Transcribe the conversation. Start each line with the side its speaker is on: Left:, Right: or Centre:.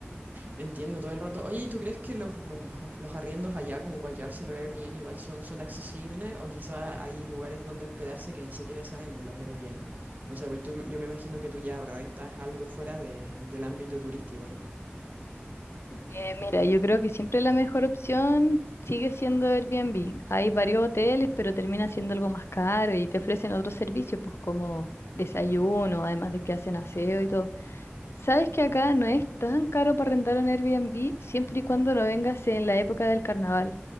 Right: Entiendo todo el rato. Oye, ¿y tú crees que los, los, los arriendos allá, como para quedárselo Airbnb, igual son, son accesibles? O quizás hay lugares donde hospedarse que ni siquiera salen en los Airbnb. No sé, pues tú- yo me imagino que tú ya rentas algo fuera de- del ámbito turístico, ¿no?
Left: Eh, mira, yo creo que siempre la mejor opción sigue siendo Airbnb. Hay varios hoteles, pero termina siendo algo más caro y te ofrecen otros servicios, pues como desayuno, además de que hacen aseo y todo. Sabes que acá no es tan caro para rentar un Airbnb siempre y cuando no vengas en la época del carnaval.